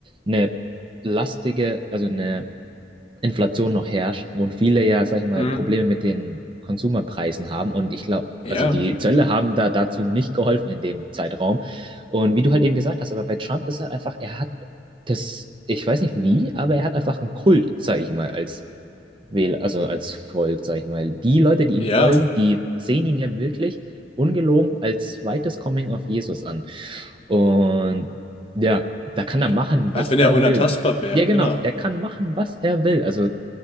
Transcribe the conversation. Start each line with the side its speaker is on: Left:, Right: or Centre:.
Right: eine lastige, also eine Inflation noch herrscht und viele ja, sag ich mal,
Left: Mhm.
Right: Probleme mit den Konsumerpreisen haben. Und ich glaube,
Left: Ja,
Right: also die Zölle haben da dazu nicht geholfen in dem Zeitraum. Und wie du halt eben gesagt hast, aber bei Trump ist halt einfach, er hat das, ich weiß nicht wie, aber er hat einfach einen Kult, sag ich mal, als Wähler, also als Volk, sag ich mal. Die Leute, die ihm
Left: ja,
Right: folgen, die sehen ihn ja wirklich ungelogen als zweites Coming of Jesus an. Und ja, da kann
Left: ja.
Right: er machen,
Left: als
Right: was
Left: wenn
Right: er
Left: er unantastbar
Right: will.
Left: wäre,
Right: Ja,
Left: genau.
Right: genau, der kann machen, was er will. Also